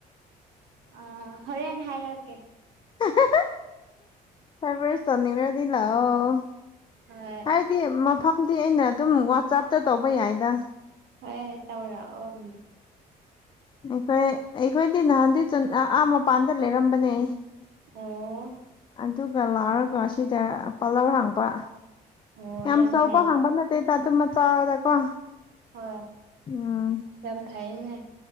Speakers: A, on the right; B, on the left.
A: ꯑ ꯍꯣꯔꯦꯟ ꯍꯥꯏꯔꯛꯀꯦ
B: <unintelligible> ꯐꯔꯦ ꯐꯔꯦ ꯁꯣꯅꯤꯡꯉꯗꯤ ꯂꯥꯛꯑꯣ
A: ꯍꯣꯏ
B: ꯍꯥꯏꯕꯗꯤ ꯃꯐꯝꯗꯤ ꯑꯩꯅ ꯑꯗꯨꯝ ꯋꯥꯆꯞꯇ ꯇꯧꯕ ꯌꯥꯏꯗ
A: ꯍꯣꯏ ꯇꯧꯔꯛꯑꯣ ꯎꯝ
B: ꯑꯩꯈꯣꯏ ꯑꯩꯈꯣꯏꯗꯤ ꯅꯍꯥꯟꯗꯤ ꯆꯟ ꯑꯥ ꯃꯄꯥꯟꯗ ꯂꯩꯔꯝꯕꯅꯦ
A: ꯑꯣ
B: ꯑꯗꯨꯒ ꯂꯥꯛꯔꯒ ꯑꯁꯤꯗ ꯄꯥꯂꯔ ꯍꯥꯡꯕ
A: ꯑꯣ
B: ꯌꯥꯝ ꯆꯥꯎꯕ
A: ꯐꯩ
B: ꯍꯪꯕ ꯅꯠꯇꯦꯗ ꯑꯗꯨꯝ ꯃꯆꯥꯗꯀꯣ
A: ꯍꯣꯏ
B: ꯎꯝ
A: ꯌꯥꯝ ꯐꯩꯌꯦꯅꯦ